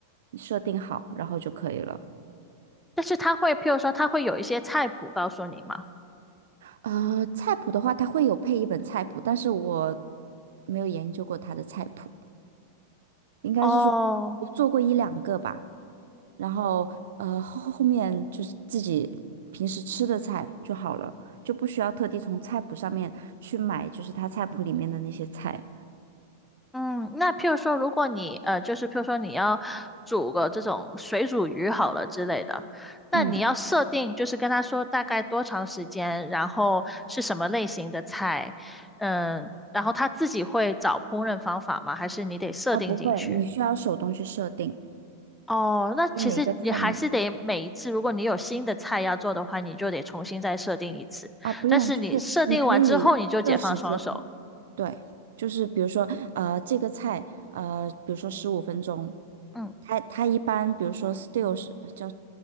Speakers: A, on the right; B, in the centre.
A: 设定好，然后就可以了。
B: 但是它会，譬如说，它会有一些菜谱告诉你吗？
A: 呃，菜谱的话，它会有配一本菜谱，但是我没有研究过它的菜谱，应该是说我做过一两个吧，
B: 哦，
A: 然后呃后后面就是自己平时吃的菜就好了，就不需要特地从菜谱上面去买，就是它菜谱里面的那些菜。
B: 嗯，那譬如说，如果你呃，就是譬如说你要煮个这种水煮鱼好了之类的，那你要设定就是跟他说大概多长时间，
A: 嗯。
B: 然后是什么类型的菜，嗯，然后他自己会找烹饪方法吗？还是你得设定进去？
A: 啊，不会，你需要手动去设定，
B: 哦，那其实你还是得每一次，
A: 就每一个菜你
B: 如果你有新的菜要做的话，你就得重新再设定一次。
A: 啊不用，
B: 但是你设定完之后，
A: 就是你可以设时间，
B: 你就解放双手。
A: 对，就是比如说呃这个菜呃比如说十五分钟，
B: 嗯
A: 它它一般比如说 s t e l 是叫